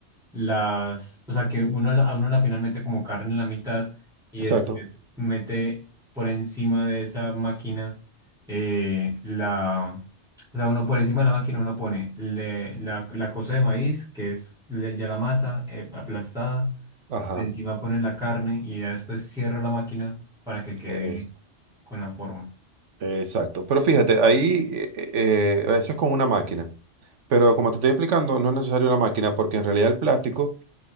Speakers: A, in the centre; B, on the right (about 80°).
A: las, o sea, que uno la- a uno a la final mete como carne en la mitad y
B: exacto.
A: después mete por encima de esa máquina eh, la, o sea, uno por encima de la máquina uno pone le- la, la cosa de maíz, que es le- ya la masa eh, aplastada.
B: Ajá.
A: Por encima pone la carne y ya después cierra la máquina para que quede
B: Es-
A: con la forma.
B: exacto. Pero fíjate, ahí eh, eh, eh, eso es con una máquina. Pero como te estoy explicando, no es necesario una máquina porque en realidad el plástico